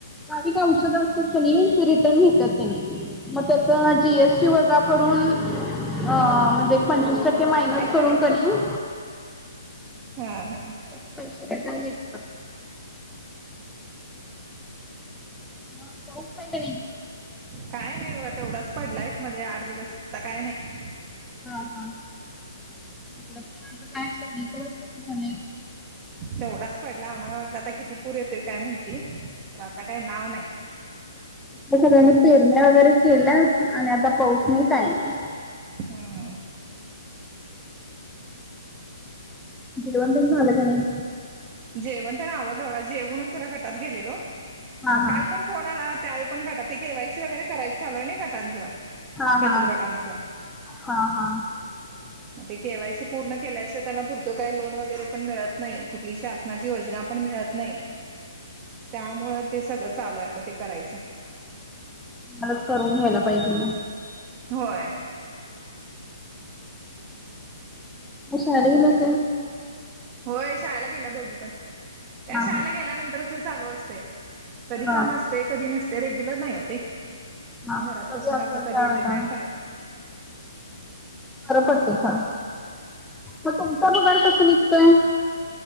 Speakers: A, in the centre; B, on the right (about 30°).
A: नाविक औषधं असतात कनी रिटर्न घेतात त्यांनी. मग त्याच जी एस टी वजा करून अ म्हणजे एक पंचवीस टक्के मायनस
B: तर काय
A: करून
B: करायचं
A: कनी.
B: हा हा
A: ते पैसे रिटर्न देतात. मग पाऊस आहे का नाही.
B: काय नाही बघा तेवढाच पडलाय एक मध्ये आठ दिवस आता काय नाही.
A: हा हा इकड पण आता काय अस सगळीकडेच तस झालय.
B: तेवढाच पडला आम्हाला वाटला आता किती पूर येतोय काय माहिती तर आता काही नाव नाही.
A: सगळ्यांनी पेरण्या वगैरे केल्या आणि आता पाऊस नाही काय नाही.
B: हम.
A: जीवन तेन झालं का नाही.
B: जेवण तेन आवरलं हो जेवूणच जरा गटात गेलेलो,
A: हा
B: मग
A: हा
B: काल पण फोन ला त्यावेळी पण घटात के वाय सी वगैरे करायच चालू हाय नाही घाटांच,
A: हा हा
B: बचत घाटांच.
A: हा हा.
B: ते के वाय सी पूर्ण केल्याशिवा त्यांना पुढचं काही लोन वगैरे पण मित नाही कुठली श योजना पण मिळत नाही, त्यामुळे ते सगळं चालू आहे आता ते करायचं.
A: मग करून घ्यायला पाहिजे म.
B: होय.
A: अशाडी काय?
B: होय शाळेला गेल्या दोघी पण, त्या
A: हा
B: शाळेला
A: हा
B: गेल्यानंतरच हे चालू असतंय. कधी
A: हा.
B: काम असतय कधी नसतय रेग्युलर नाही हो ते.
A: हा
B: घरात
A: हा कधी
B: बसून
A: असेल
B: आपलं कधी
A: त्यावेळेला
B: येतं ते काय?
A: खरं पडतय हा, मग तुमचा पगार कसं निघतोय.